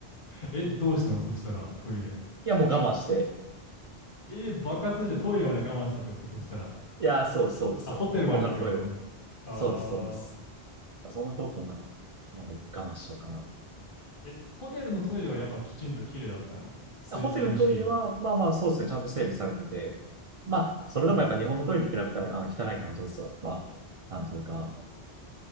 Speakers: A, on the left; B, on the right.
A: え、どうしたのそしたら、トイレ。
B: や、もう我慢して。
A: え、バカするじゃん。トイレまで我慢したってことそしたら。
B: いや、そうです、そうですよ。
A: あ、ホテルまでってことあ
B: 他のトイレ。そうです、そうです。
A: ー。
B: まあそんな遠くもなんか、もう我慢しようかな。
A: え、ホテルのトイレはやっぱきちんと綺麗だったの水洗式。
B: ホテルのトイレは、まあまあそうですね、ちゃんと整備されてて、まあ、それでもやっぱ日本のトイレに比べたら、あの、汚い感じですよ。まあ、なんというか、